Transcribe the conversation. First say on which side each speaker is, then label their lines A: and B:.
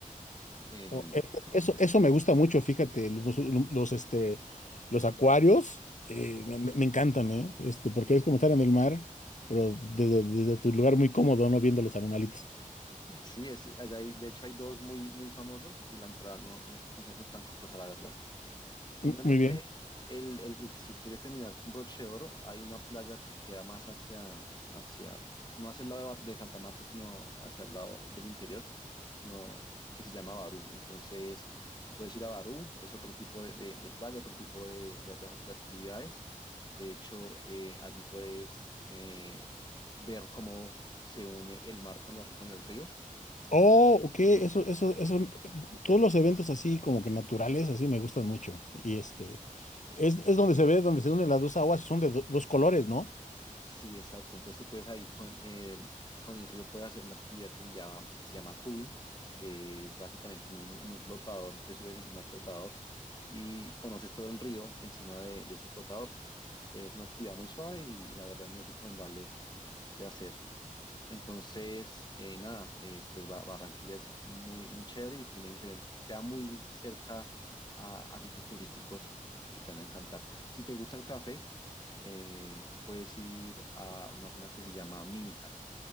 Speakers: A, on the left (about 30°); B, on the left (about 60°).
A: en,
B: No, e- e- Eso, eso me gusta mucho, fíjate, los, los, este, los acuarios eh, me, me- me encantan, ¿eh? Este, porque es como estar en el mar, pero desde, desde tu lugar muy cómodo, ¿no? Viendo los animalitos.
A: Sí, es, allá hay, de hecho hay dos muy, muy famosos y la entrada no, no es, no es- no es tan costosa, la verdad. Finalmente,
B: Mm, Muy bien.
A: el, el- el- si quieres terminar con broche de oro, hay una playa que queda más hacia, hacia, no hacia el lado de, Bar- de Santa Marta, sino hacia el lado del interior, no, que se llama Barú. Entonces, puedes ir a Barú, es otro tipo de, de- de playa, otro tipo de, de- de- de actividades. De hecho, eh, allí puedes eh, ver cómo se une el mar con, los- con el río
B: Oh, ok, eso, eso, eso, todos los eventos así como que naturales, así me gustan mucho. Y este, es, es donde se ve, donde se unen las dos aguas y son de do- dos colores, ¿no?
A: Sí, exacto. Entonces tú puedes ahí con, eh, con el río puedes hacer una actividad que se llama, que se llama tubing, que es básicamente en un, en un flotador, te subes encima del flotador y conoces todo el río encima de, de ese flotador. Es una actividad muy suave y la verdad muy recomendable de hacer. Entonces, eh, nada, eh, pues Ba- Barranquilla es muy, muy chévere y tiene diferente, queda muy cerca a, a sitios turísticos que te van a encantar. Si te gusta el café, eh, puedes ir a una zona que se llama Minca.